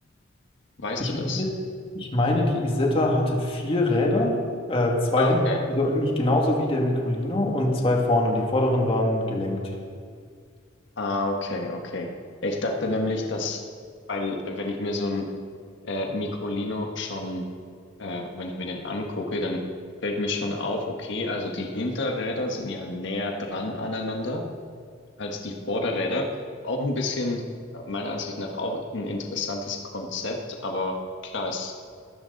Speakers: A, on the left; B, on the left.
A: Weißt
B: Ich
A: du das?
B: meine, ich meine, die Isetta hatte vier Räder, äh, zwei
A: Okay.
B: hinten, also eigentlich genauso wie der Microlino und zwei vorne und die vorderen waren gelenkt.
A: Ah, okay, okay. Ich dachte nämlich, dass, weil äh, wenn ich mir so ein äh, Microlino schon, äh, wenn ich mir den angucke, dann fällt mir schon auf, okay, also die Hinterräder sind ja näher dran aneinander. als die Vorderräder. Auch ein bisschen, meiner Ansicht nach, auch ein interessantes Konzept, aber klar ist,